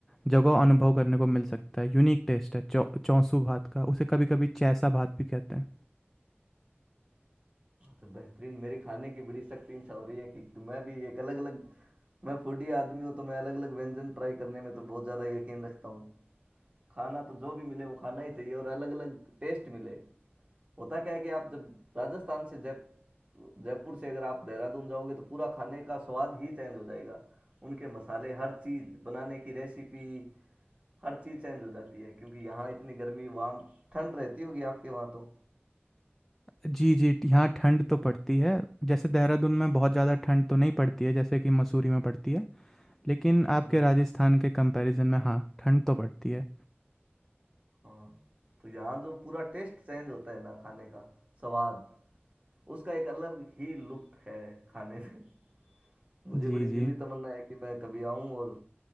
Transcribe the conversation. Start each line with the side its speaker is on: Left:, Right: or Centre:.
Centre: जगह अनुभव करने को मिल सकता है यूनिक टेस्ट है चौ चौंसू भात का उसे कभी कभी चैसा भात भी कहते हैं
Right: तो बेहतरीन मेरी खाने की बड़ी सख्त इच्छा हो रही है कि मैं भी एक अलग अलग मैं फूडी आदमी हूँ तो मैं अलग अलग व्यंजन ट्राई करने में तो बहुत ज़्यादा यकीन रखता हूँ खाना तो जो भी मिले वो खाना ही चाहिए और अलग अलग टेस्ट मिले होता क्या है कि आप जब राजस्थान से जय जयपुर से अगर आप देहरादून जाओगे तो पूरा खाने का स्वाद ही चेंज हो जाएगा उनके मसाले हर चीज़ बनाने की रेसिपी हर चीज़ चेंज हो जाती है क्योंकि यहाँ इतनी गर्मी वहाँ ठंड रहती होगी आपके वहाँ तो
Centre: जी जी यहाँ ठंड तो पड़ती है जैसे देहरादून में बहुत ज़्यादा ठंड तो नहीं पड़ती है जैसे कि मसूरी में पड़ती है लेकिन आपके
Right: हम्म
Centre: राजस्थान के कंपैरिजन में हाँ ठंड तो पड़ती है
Right: हाँ तो यहाँ जो पूरा टेस्ट चेंज होता है ना खाने का स्वाद उसका एक अलग ही लुत्फ है खाने में <laughs> मुझे
Centre: जी
Right: बड़ी
Centre: जी
Right: दिली तमन्ना है कि मैं कभी आऊं और